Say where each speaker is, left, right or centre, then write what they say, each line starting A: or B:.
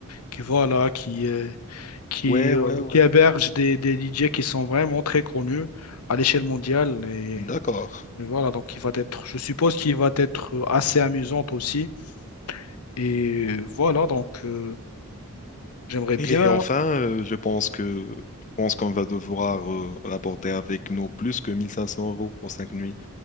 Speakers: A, on the left (about 85°); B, on the left (about 35°).
A: qui voilà, qui, euh, qui,
B: ouais,
A: euh,
B: ouais, ouais.
A: qui héberge des, des DJ qui sont vraiment très connus à l'échelle mondiale. Et,
B: D'accord.
A: et voilà, donc il va être, je suppose qu'il va être assez amusant aussi. Et voilà, donc euh, j'aimerais
B: Et
A: bien.
B: enfin, euh, je pense que je pense qu'on va devoir euh, rapporter avec nous plus que 1500 euros pour cinq nuits.